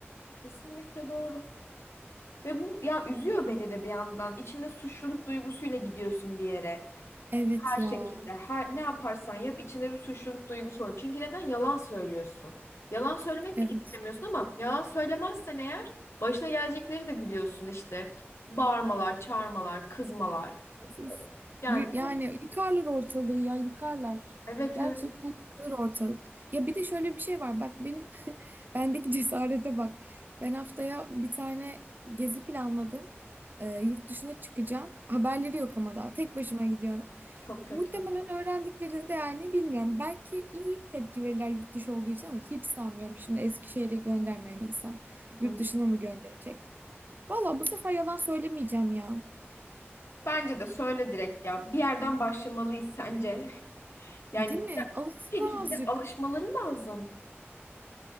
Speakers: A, on the left; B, on the right.
A: kesinlikle doğru. Ve bu ya üzüyor beni de bir yandan. İçinde suçluluk duygusuyla gidiyorsun bir yere.
B: Evet
A: Her
B: ya.
A: şekilde, her ne yaparsan yap içinde bir suçluluk duygusu olur. Çünkü neden yalan söylüyorsun? Yalan söylemek
B: Evet.
A: de istemiyorsun ama yalan söylemezsen eğer başına gelecekleri de biliyorsun işte. Bağırmalar, çağırmalar, kızmalar.
B: Siz,
A: Yani
B: y- yani
A: bu
B: yıkarlar ortalığı ya yıkarlar.
A: evet
B: Gerçekten
A: evet
B: yıkılır ortalık. Ya bir de şöyle bir şey var. Bak benim <laughs> bendeki cesarete bak. Ben haftaya bir tane gezi planladım. Ee, yurt dışına çıkacağım. Haberleri yok ama daha. Tek başıma gidiyorum.
A: çok kötü.
B: Muhtemelen öğrendiklerini de yani bilmiyorum. Belki iyi tepki verirler yurt dışı olduğu için ama hiç sanmıyorum. Şimdi Eskişehir'e göndermeyen insan yurt
A: Hı.
B: dışına mı gönderecek? Valla bu sefer yalan söylemeyeceğim ya.
A: Bence de söyle direkt ya. Bir yerden başlamalıyız sence. <laughs> Yani
B: Değil mi? Alışsınlar
A: bir şekilde
B: azıcık.
A: alışmaları lazım.